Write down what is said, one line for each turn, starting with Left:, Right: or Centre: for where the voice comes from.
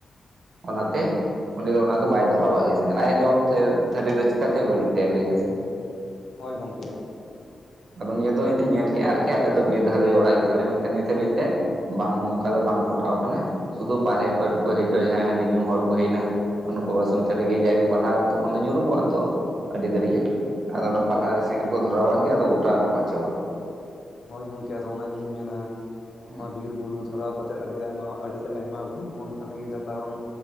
Right: ᱚᱱᱟᱛᱮ ᱚᱰᱮ ᱫᱚ ᱚᱱᱟ ᱫᱚ ᱵᱟᱭ ᱫᱷᱚᱨᱟᱣᱟᱜ ᱜᱮᱭᱟ ᱥᱮ ᱟᱭᱟᱜ ᱡᱚᱢ ᱛᱷᱟᱹᱨᱤ ᱫᱚ ᱪᱤᱠᱠᱟᱛᱮᱭ ᱵᱟᱹᱲᱤᱡ ᱛᱟᱭᱟ ᱞᱟᱹᱭ ᱢᱮᱥᱮ
Left: ᱦᱳᱭ ᱜᱚᱝᱠᱮ
Right: ᱟᱫᱚ ᱱᱤᱭᱟᱹ ᱫᱚ ᱤᱧ ᱫᱧ ᱧᱮᱞ ᱠᱮᱫᱼᱟ ᱟᱹᱨᱠᱤ ᱟᱞᱮ ᱫᱚ ᱵᱤᱨ ᱫᱷᱟᱨᱮ ᱚᱲᱟᱜ ᱜᱮᱛᱟᱞᱮᱭᱟ ᱢᱮᱱᱠᱷᱟᱱ ᱱᱤᱛ ᱦᱟᱹᱵᱤᱡ ᱛᱮ ᱵᱟᱝ ᱱᱚᱝᱠᱟ ᱫᱚ ᱵᱟᱝ ᱜᱷᱚᱴᱟᱣ ᱠᱟᱱᱟ ᱥᱩᱫᱩ ᱵᱟᱦᱨᱮ ᱠᱷᱚᱡ ᱠᱚ ᱦᱮᱡ ᱡᱟᱦᱟᱸᱭ ᱦᱟᱺᱰᱤ ᱧᱩ ᱦᱚᱲ ᱠᱚ ᱦᱮᱡ ᱮᱱᱟ ᱩᱱᱩᱠᱩ ᱵᱟᱥ ᱚᱱ ᱛᱮ ᱨᱮᱜᱮ ᱡᱟᱜᱮ ᱯᱟᱞᱦᱟᱣ ᱛᱚᱠᱷᱚᱱ ᱫᱚ ᱧᱩᱨᱩ ᱠᱚᱜᱼᱟ ᱛᱚ ᱟᱹᱰᱤ ᱫᱟᱹᱨ ᱜᱮ
Left: ᱦᱩᱸ
Right: ᱟᱫᱚ ᱚᱱᱟ ᱯᱟᱞᱦᱟᱣ ᱨᱮ ᱥᱮᱸᱜᱮᱞ ᱠᱚ ᱫᱷᱚᱨᱟᱣᱟᱜ ᱜᱮ ᱟᱫᱚ ᱜᱚᱴᱟ ᱨᱟᱯᱟᱜ ᱪᱟᱵᱟᱜᱼᱟ᱾
Left: ᱦᱳᱭ ᱜᱚᱝᱠᱮ ᱟᱫᱚ ᱚᱱᱟ ᱜᱮᱞᱤᱧ ᱢᱮᱱᱟ ᱱᱚᱜᱼᱚ
Right: ᱦᱩᱸ
Left: ᱱᱟᱣᱟ ᱵᱤᱨ ᱵᱤᱨ ᱵᱩᱨᱩ ᱫᱷᱚᱨᱟᱣ ᱠᱟᱛᱮᱫ ᱟᱹᱰᱤ ᱟᱭᱢᱟ ᱟᱹᱰᱤ ᱟᱭᱢᱟ ᱵᱷᱩᱞ ᱵᱚᱱ ᱠᱟᱹᱢᱤᱭᱮᱫᱟ ᱠᱟᱨᱚᱱ